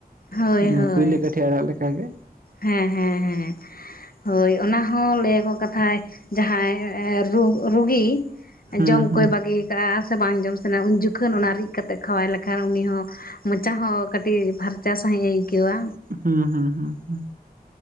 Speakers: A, on the left; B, on the right.
A: ᱦᱳᱭ
B: ᱦᱚᱸ
A: ᱦᱳᱭ
B: ᱠᱩᱭᱞᱟᱹ ᱠᱟᱹᱴᱷᱤ ᱟᱲᱟᱜ ᱞᱮᱠᱟᱜᱮ
A: ᱦᱮᱸ ᱦᱮᱸ ᱦᱮᱸ ᱦᱳᱭ ᱚᱱᱟ ᱦᱚᱸ ᱞᱟᱹᱭ ᱟᱠᱚ ᱠᱟᱛᱷᱟᱡ ᱡᱟᱦᱟᱸᱭ ᱨᱩ ᱨᱩᱜᱤ
B: ᱦᱩᱸ
A: ᱡᱚᱢ
B: ᱦᱩᱸ
A: ᱠᱚᱭ ᱵᱟᱜᱤ ᱠᱟᱜᱼᱟ ᱥᱮ ᱵᱟᱝ ᱡᱚᱢ ᱥᱟᱱᱟ ᱩᱱ ᱡᱚᱠᱷᱚᱱ ᱚᱱᱟ ᱨᱤᱫ ᱠᱟᱛᱮ ᱠᱷᱟᱣᱟᱭ ᱞᱮᱠᱷᱟᱱ ᱩᱱᱤ ᱦᱚᱸ ᱢᱚᱪᱟ ᱦᱚᱸ ᱠᱟᱹᱴᱤᱡ ᱯᱷᱟᱨᱪᱟ ᱥᱟᱹᱦᱤᱡ ᱮ ᱟᱹᱭᱠᱟᱹᱣᱟ᱾
B: ᱦᱩᱸ ᱦᱩᱸ ᱦᱩᱸ ᱦᱩᱸ